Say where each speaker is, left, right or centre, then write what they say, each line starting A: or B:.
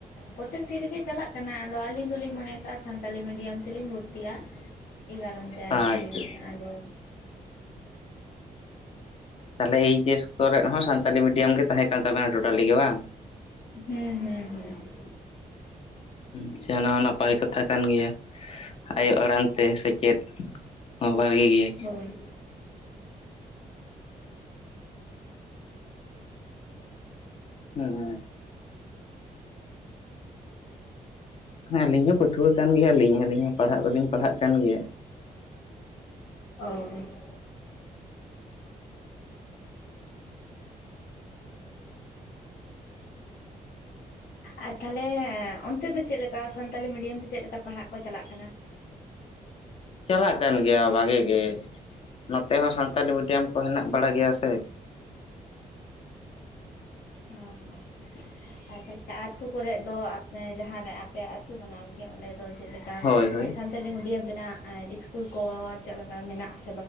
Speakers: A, on the left; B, on the left.
A: ᱯᱨᱚᱛᱮᱠᱴᱤ ᱨᱮᱜᱮ ᱪᱟᱞᱟᱜ ᱠᱟᱱᱟ ᱟᱫᱚ ᱟᱹᱞᱤᱧ ᱫᱚᱞᱤᱧ ᱢᱚᱱᱮ ᱠᱟᱜ-ᱟ ᱥᱟᱱᱛᱟᱞᱤ ᱢᱤᱰᱤᱭᱟᱢ ᱛᱮᱞᱤᱧ ᱵᱷᱚᱨᱛᱤ-ᱟ ᱮ ᱠᱚᱱ ᱛᱮ ᱟᱨᱠᱤ
B: ᱟᱪᱪᱷᱟ
A: ᱟᱫᱚ
B: ᱛᱟᱦᱚᱞᱮ ᱮᱭ ᱪᱮᱥ ᱠᱚᱨᱮ ᱦᱚᱸ ᱥᱟᱱᱛᱟᱞᱤ ᱢᱤᱰᱭᱟᱢ ᱜᱮ ᱛᱟᱦᱮᱸ ᱠᱟᱱ ᱛᱟᱵᱮᱱᱟ ᱴᱳᱴᱟᱞᱤ ᱜᱮ ᱵᱟᱝ,
A: ᱦᱩᱸ ᱦᱩᱸ ᱦᱩᱸ
B: ᱟᱪᱪᱷᱟ ᱚᱱᱟ ᱦᱚᱸ ᱱᱟᱯᱟᱭ ᱠᱟᱛᱷᱟ ᱠᱟᱱ ᱜᱮᱭᱟ᱾ ᱟᱭᱳ ᱟᱲᱟᱝ ᱛᱮ ᱥᱮᱪᱮᱫ ᱦᱚᱸ ᱵᱷᱟᱜᱤ ᱜᱮᱭᱟ᱾
A: ᱦᱳᱭ
B: ᱦᱮᱸ ᱦᱮᱸ ᱟᱹᱞᱤᱧ ᱦᱚᱸ ᱯᱟᱹᱴᱷᱩᱣᱟᱹ ᱠᱟᱱ ᱜᱮᱭᱟᱞᱤᱧ ᱟᱹᱞᱤᱧ ᱦᱚᱸ ᱯᱟᱲᱦᱟᱜ ᱫᱚᱞᱤᱧ ᱯᱟᱲᱦᱟᱜ ᱠᱟᱱ ᱜᱮᱭᱟ᱾
A: ᱚ ᱟᱨ ᱛᱟᱦᱚᱞᱮ ᱚᱱᱛᱮ ᱫᱚ ᱪᱮᱫ ᱞᱮᱠᱟ ᱥᱟᱱᱛᱟᱞᱤ ᱢᱤᱰᱤᱭᱟᱢ ᱛᱮ ᱪᱮᱫ ᱞᱮᱠᱟ ᱯᱟᱲᱦᱟᱜ ᱠᱚ ᱪᱟᱞᱟᱜ ᱠᱟᱱᱟ?
B: ᱪᱟᱞᱟᱜ ᱠᱟᱱ ᱜᱮᱭᱟ ᱵᱷᱟᱜᱮ ᱜᱮ ᱱᱚᱛᱮ ᱦᱚᱸ ᱥᱟᱱᱛᱟᱞᱤ ᱢᱤᱰᱤᱭᱟᱢ ᱠᱚ ᱦᱮᱱᱟᱜ ᱵᱟᱲᱟ ᱜᱮᱭᱟ ᱥᱮ
A: ᱦᱮ ᱦᱮ ᱟᱨ ᱛᱟᱦᱚᱞᱮ ᱟᱛᱩ ᱠᱚᱨᱮᱫ ᱫᱚᱯᱮ ᱡᱟᱦᱟᱸᱨᱮ ᱟᱯᱮᱭᱟᱜ ᱟᱹᱛᱩ ᱠᱟᱱᱟ ᱚᱸᱰᱮ ᱫᱚ ᱪᱮᱫᱠᱟ
B: ᱦᱳᱭ ᱦᱳᱭ
A: ᱥᱟᱱᱛᱟᱞᱤ ᱢᱤᱰᱤᱭᱟᱢ ᱨᱮᱱᱟᱜ ᱤᱥᱠᱩᱞ ᱠᱚ ᱪᱮᱫ ᱞᱮᱠᱟ ᱢᱮᱱᱟᱜᱥ